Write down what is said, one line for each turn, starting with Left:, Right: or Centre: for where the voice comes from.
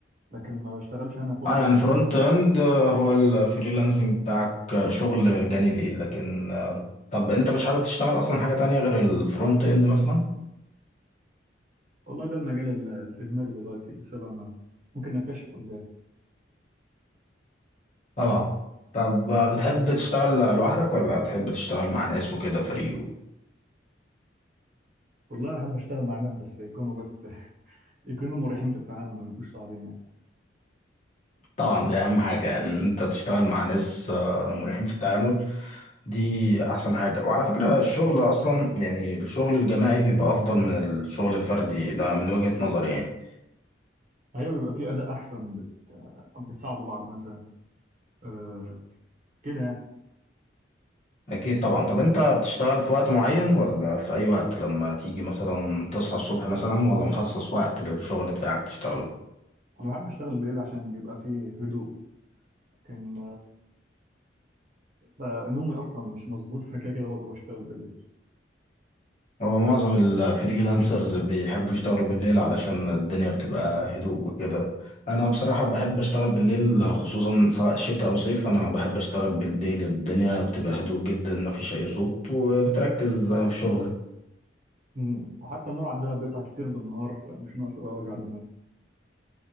Right: لكن ما بشتغلش أنا فول
Left: اه
Right: تايم
Left: يعني الفرونت اند آه، هو الفريلانسنج بتاعك آه، شغل جانبي لكن آه طب انت مش حابب تشتغل اصلا حاجة تانية غير الفرونت اند مثلا
Right: والله ده المجال ال- اللي في دماغي دلوقتي لسه بقى ما ممكن نكتشف قدام
Left: طبعا طب بتحب تشتغل لوحدك ولا بتحب تشتغل مع ناس وكده فريق و-
Right: والله أحب أشتغل مع ناس بس يكونوا بس <laughs> يكونوا مريحين في التعامل ما يبقوش صعبين يعني
Left: طبعا دي اهم حاجة يعني ان انت تشتغل مع ناس آه، مريحين في التعامل دي احسن حاجة وعلى فكرة الشغل اصلا يعني الشغل الجماعي بيبقى افضل من الشغل الفردي ده من وجهة نظري يعني
Right: أيوة بيبقى في أداء أحسن بت- بتساعدوا بعض مثلا أه كده يعني.
Left: اكيد طبعا طب انت بتشتغل في وقت معين ولا في اي وقت لما تيجي مثلا تصحى الصبح مثلا ولا مخصص وقت للشغل بتاعك تشتغله
Right: أنا بحب أشتغل بالليل عشان بيبقى فيه هدوء لكن آه، نومي اصلا مش مظبوط فكده كده برضه بشتغل بالليل
Left: هو معظم الفريلانسرز بيحبوا يشتغلوا بالليل علشان الدنيا بتبقى هدوء وكده انا بصراحة بحب اشتغل بالليل خصوصا سواء شتاء او صيف انا بحب اشتغل بالليل الدنيا بتبقى هدوء جدا مفيش اي صوت وبتركز في شغلك
Right: مم. وحتى النور عندنا بيقطع كتير بالنهار فمش ناقص بقى وجع دماغ